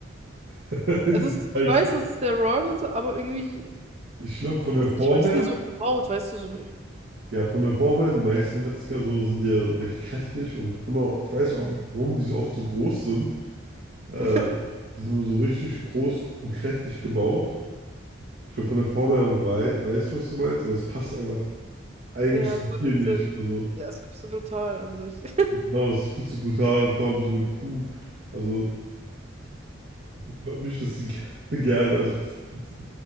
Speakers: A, on the right; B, on the right.
A: <laughs> Ich
B: Es ist,
A: weiß
B: ich weiß,
A: nicht.
B: es ist der Wrong, so, aber irgendwie,
A: Ich glaube, von der
B: weiß
A: Form
B: ich, weil die
A: her
B: sind so gebaut, weißt du, so.
A: Ja, von der Form her, die meisten Metzger so sind ja recht kräftig und immer, ich weiß
B: Ja,
A: auch nicht, warum die so oft so groß sind. Äh,
B: <laughs>
A: die sind immer so richtig groß und kräftig gebaut. Ich glaube, von der Form her wei weiß, ich, was du meinst, aber es passt einfach eigentlich
B: ja,
A: zum
B: ist so
A: Tier
B: ein bisschen,
A: nicht. Also,
B: ja, ist wirklich so ein bisschen brutal an sich. <laughs>
A: genau, es ist viel zu brutal, und vor allem so eine Kuh. Also, ich glaube nicht, dass die <laughs> gerne, gerne, also, f- f-